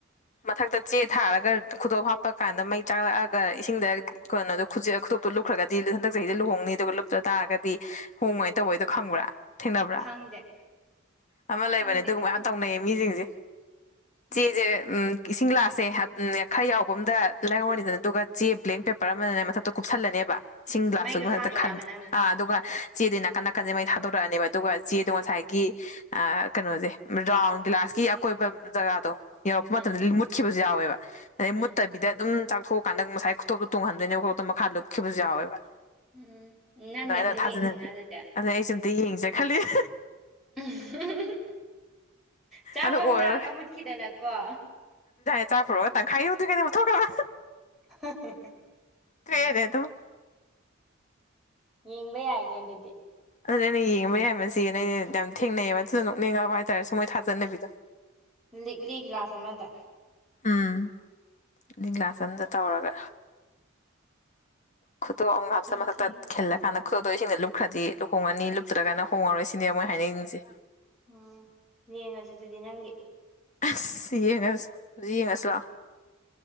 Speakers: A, on the left (about 35°); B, in the centre.
A: ꯃꯊꯛꯇ ꯆꯦ ꯊꯥꯔꯒ ꯈꯨꯇꯣꯞ ꯍꯥꯞꯄ ꯀꯥꯟꯗ ꯃꯩ ꯆꯥꯛꯂꯛꯑꯒ ꯏꯁꯤꯡꯗ ꯀꯩꯅꯣꯗꯣ ꯈꯨꯖꯦ ꯈꯨꯗꯣꯞꯇꯣ ꯂꯨꯞꯈ꯭ꯔꯒꯗꯤ ꯍꯟꯗꯛ ꯆꯍꯤꯗ ꯂꯨꯍꯣꯡꯅꯤ ꯑꯗꯨꯒ ꯂꯨꯞꯇ ꯇꯥꯔꯒꯗꯤ ꯍꯣꯡꯉꯣꯏꯅ ꯇꯧꯕꯩꯗꯣ ꯈꯪꯕ꯭ꯔꯥ ꯊꯦꯡꯅꯕ꯭ꯔꯥ
B: ꯈꯪꯗꯦ
A: ꯑꯃ ꯂꯩꯕꯅꯦ
B: ꯈꯪꯗꯦ
A: ꯑꯗꯨꯒꯨꯝꯕ ꯌꯥꯝ ꯇꯧꯅꯩꯌꯦ ꯃꯤꯁꯤꯡꯁꯦ
B: ꯎꯝ
A: ꯆꯦꯁꯦ ꯎꯝ ꯏꯁꯤꯡ ꯒ꯭ꯂꯥꯁꯁꯦ ꯍꯥꯞ ꯈꯔ ꯌꯥꯎꯕ ꯑꯃꯗ ꯂꯧꯔꯥꯅꯤꯗꯅ ꯑꯗꯨꯒ ꯆꯦ ꯕ꯭ꯂꯦꯡ ꯄꯦꯄꯔ ꯑꯃꯗꯅꯦ ꯃꯊꯛꯇ ꯀꯨꯞꯁꯜꯂꯅꯦꯕ ꯏꯉꯁꯤꯡ ꯒ꯭ꯂꯥꯁꯇꯨꯃ
B: ꯃꯩꯗꯣ ꯊꯥꯗꯣꯔꯕ
A: ꯍꯥꯇ ꯈꯟ
B: ꯅꯪꯅ
A: ꯑ ꯑꯗꯨꯒ ꯆꯦꯗꯤ ꯅꯥꯀꯟ ꯅꯥꯀꯟꯁꯦ ꯃꯩ ꯊꯥꯗꯣꯛꯈ꯭ꯔꯅꯦꯕ ꯑꯗꯨꯒ ꯆꯦꯗꯣ ꯉꯁꯥꯏꯒꯤ ꯑ ꯀꯩꯅꯣꯁꯦ ꯔꯥꯎꯟ ꯒꯤ꯭ꯂꯥꯁ ꯀꯤ ꯑꯀꯣꯏꯕ ꯖꯒꯥꯗꯣ ꯌꯧꯔꯛꯄ
B: ꯎꯝ
A: ꯃꯇꯝꯗꯗꯤ ꯃꯨꯠꯈꯤꯕꯁꯨ ꯌꯥꯎꯋꯦꯕ ꯑꯗꯩ ꯃꯨꯠꯇꯕꯤꯗ
B: ꯎꯝ
A: ꯑꯗꯨꯝ ꯆꯥꯛꯊꯣꯛꯑꯀꯥꯟꯗ ꯉꯁꯥꯏ ꯈꯨꯊꯣꯛꯇ ꯇꯣꯡꯍꯟꯗꯣꯏꯅꯦꯕ ꯈꯨꯊꯣꯛꯇ ꯃꯈꯥꯗ ꯂꯨꯞꯈꯤꯕꯁꯨ ꯌꯥꯎꯋꯦꯕ
B: ꯎꯝ ꯅꯪꯒꯤ
A: ꯑꯗꯥꯏꯅ
B: ꯑꯝꯇ
A: ꯊꯥꯖꯅꯕꯤ
B: ꯌꯦꯡꯁꯤꯅ ꯑꯗꯨꯗꯤ
A: ꯑꯗꯨꯅ ꯑꯩꯁꯨ ꯑꯝꯇ ꯌꯦꯡꯁꯤꯔꯥ ꯈꯜꯂꯤꯅꯦ
B: ꯑꯝ ꯍ ꯍ ꯆꯥꯛꯄ
A: ꯑꯗꯣ ꯑꯣꯏꯔꯔꯣꯏ
B: ꯍꯧꯔꯛꯑꯒ ꯃꯨꯠꯈꯤꯗꯅꯀꯣ
A: ꯆꯥꯛꯄꯥ ꯍꯧꯔꯛ ꯑꯒꯥ ꯇ꯭ꯪꯈꯥꯏ ꯇꯧꯗꯔꯤꯉꯩꯗ ꯃꯨꯊꯣꯛꯈꯔꯥꯕꯥ
B: <unintelligible>
A: ꯇꯣꯛ ꯑꯦꯅꯦ ꯑꯗꯨꯝ
B: ꯌꯦꯡꯕ ꯌꯥꯏꯅꯦ ꯑꯗꯨꯗꯤ
A: ꯑꯗꯨꯅ ꯑꯩꯅ ꯌꯦꯡꯕ ꯌꯥꯏ ꯝꯁꯤꯅ ꯑꯩꯅ ꯌꯥꯝ ꯊꯦꯡꯅꯩꯌꯦꯕ ꯑꯗꯨꯅ ꯅꯣꯛꯅꯤꯡꯉꯛꯑꯥꯕ ꯍꯥꯏꯇꯥꯔꯦ ꯁꯨꯝ ꯃꯣꯏ ꯊꯥꯖꯅꯕꯤꯗꯣ
B: ꯂꯤꯛꯂꯤ ꯒ꯭ꯂꯥꯁ ꯑꯃꯗ
A: ꯎꯝ ꯂꯤ ꯀ꯭ꯂꯥꯁ ꯑꯝꯗ ꯇꯧꯔꯒ ꯈꯨꯗꯣꯄ ꯑꯝꯒ ꯍꯄꯆꯥꯟꯂꯒ
B: ꯌꯦꯡꯁꯤ
A: ꯃꯊꯛꯇ
B: ꯌꯦꯡꯁꯤ
A: ꯊꯈꯤꯜꯂ ꯀꯥꯟꯗ ꯈꯨꯗꯣꯞꯇꯣ ꯏꯁꯤꯡꯗꯥ ꯂꯨꯞꯈ꯭ꯔꯗꯤ ꯂꯨꯍꯣꯡꯉꯅꯤ ꯂꯨꯞꯇ꯭ꯔꯒꯅ ꯍꯣꯡꯉꯔꯣꯏ ꯁꯤꯅꯦꯕ ꯃꯣꯏ ꯍꯥꯏꯅꯩꯁꯤꯡꯁꯦ
B: ꯎꯝ ꯌꯦꯡꯉꯁꯤ ꯑꯗꯨꯗꯤ ꯅꯪꯒꯤ
A: ꯁꯦꯁ ꯍꯧꯖꯤꯛ ꯌꯦꯡꯉꯥꯁꯤ ꯂꯥꯛ ꯑꯣ